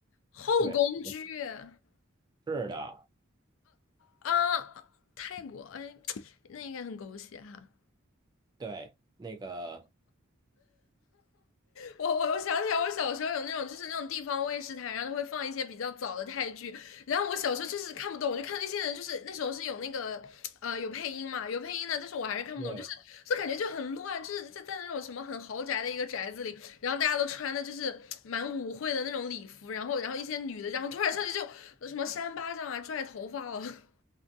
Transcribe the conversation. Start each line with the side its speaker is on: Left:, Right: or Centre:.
Left: 后宫剧啊
Right: 对，也是的，
Left: 啊！泰国，哎，那应该很狗血哈。
Right: 对，那个。
Left: 我我我想起来，我小时候有那种就是那种地方卫视台，然后它会放一些比较早的泰剧，然后我小时候就是看不懂，我就看那些人就是那时候是有那个呃有配音嘛，有配音的，但是我还是看不懂，
Right: 对。
Left: 就是就感觉就很乱，就是在在那种什么很豪宅的一个宅子里，然后大家都穿的就是蛮舞会的那种礼服，然后然后一些女的，然后突然上去就什么扇巴掌啊、拽头发了。<laughs>